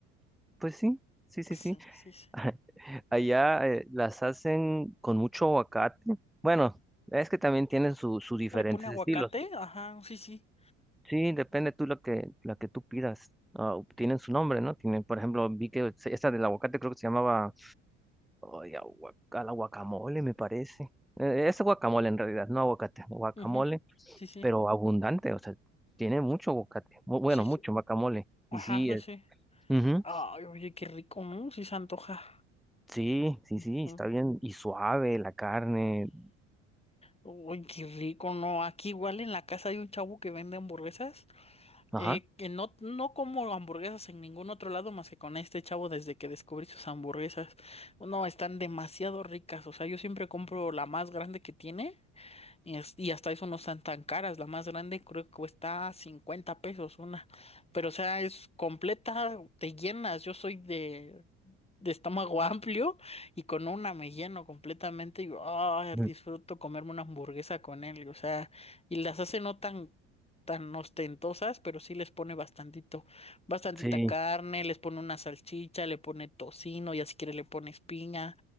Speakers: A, in the centre; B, on the left.
A: Pues sí, sí, sí,
B: Sí,
A: sí.
B: sí, sí.
A: <laughs> Allá eh, las hacen con mucho aguacate. Bueno, es que también tienen su- sus diferentes
B: ¿Le pone aguacate?
A: estilos.
B: Ajá, sí, sí.
A: Sí, depende tú lo que, lo que tú pidas. Ah, tienen su nombre, ¿no? Tienen, por ejemplo, vi que se- esa del aguacate creo que se llamaba ay, agua- a la guacamole, me parece. Eh, es guacamole en realidad, no aguacate, guacamole,
B: Ujú. Sí, sí.
A: pero abundante, o sea, tiene mucho aguacate, bu- bueno,
B: Sí, sí.
A: mucho guacamole.
B: Ajá,
A: Y sí,
B: sí,
A: eh,
B: sí.
A: ujú,
B: Ay, oye, qué rico, ¿no? Sí se antoja.
A: sí, sí, sí,
B: Mm.
A: está bien, y suave la carne,
B: Uy, qué rico, ¿no? Aquí igual en la casa hay un chavo que vende hamburguesas.
A: ajá,
B: eh, que no, no como hamburguesas en ningún otro lado más que con este chavo desde que descubrí sus hamburguesas. No, están demasiado ricas. O sea, yo siempre compro la más grande que tiene. Y, es- y hasta eso no están tan caras. La más grande creo que cuesta 50 pesos una. Pero o sea, es completa, te llenas. Yo soy de, de estómago amplio y con una me lleno completamente. Y ah,
A: mm,
B: disfruto comerme una hamburguesa con él. O sea, y las hace no tan, tan ostentosas, pero sí les pone bastantito, bastantita
A: sí,
B: carne, les pone una salchicha, le pone tocino, ya si quiere le pones piña,